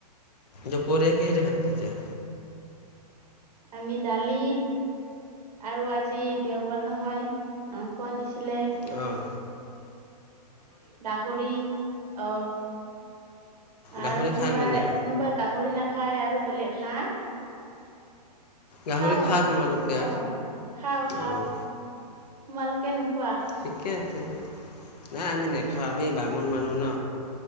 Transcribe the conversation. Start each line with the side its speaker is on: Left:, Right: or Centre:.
Left: দুপৰিয়া কিহৰে দি ভাত খাইছা?
Right: আমি দালি আৰু আজি দেওবাৰ নহয়, মাংস আনিছিলে।
Left: অ'
Right: গাহৰি অ'
Left: গাহৰি
Right: আৰু কোনোবাই
Left: খাই মানে
Right: কোনোবা। গাহৰি নাখায় আৰু বেলেগ হাঁহ
Left: গাহৰি
Right: খাওঁ
Left: খোৱা তোমালোকে
Right: আহ খাওঁ খাওঁ।
Left: অ'
Right: তোমালোকে নোখোৱা।
Left: ঠিকে আছে, নাই আমি নেখাওঁ আমি বামুণ মানুহ ন।